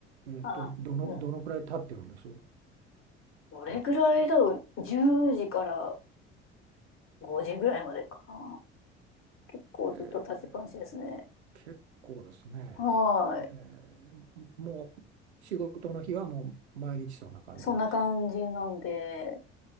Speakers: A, on the right; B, on the left.
A: ええっと、
B: あ、
A: どの、
B: うん。
A: どのくらい経ってるんです
B: どれぐらいだろう、
A: 経つって。
B: 10時から5時ぐらいまでかな。結構ずっと立ちっぱなしですね。
A: ええ結構ですね、
B: はい。
A: えーもう仕事の日はもう毎日そんな感じなんですか。
B: そんな感じなんで、